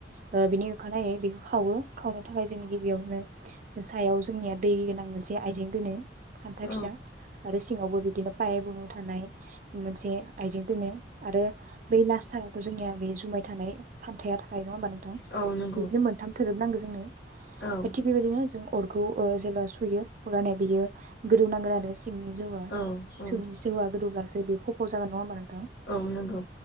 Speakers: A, on the right; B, on the left.
A: ओ बिनि होखारनायै बेखौ खावो खावनो थाखाय जोंनि गिबियावनो सायाव जोंनिया दै गोनां मोनसे आइजें गोनो। हान्था
B: औ
A: फिसा आरो सिङावबो बिदिनो पाय बुङो। थानाय मोनसे आइजें दोनो। आरो बै नास्टारा। जोंनिया बे जुमाय थानाय फान्थाया थाखाय नङा होमबा नोंथां।
B: औ नंगौ
A: बिदिनो मोनथाम थोरोबनांगोन। जोंनो।
B: औ
A: थिग बेबायदिनो जों। अरखौ ओ जेब्ला सुयो अरनानै बियो गोदौनांगोन आरो। सिंनि जौआ
B: औ औ
A: संनि जौआ गोदौ गा। बे खफ' जागोन नङा होमबा नोंथां?
B: औ नोंगौ।